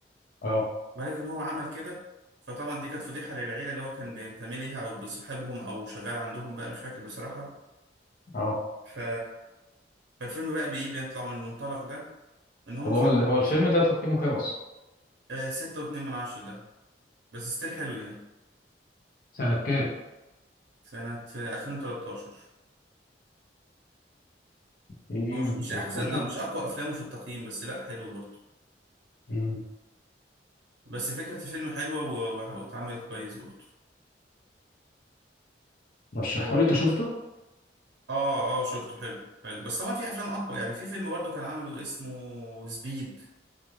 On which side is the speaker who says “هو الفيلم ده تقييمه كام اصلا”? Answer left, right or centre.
Left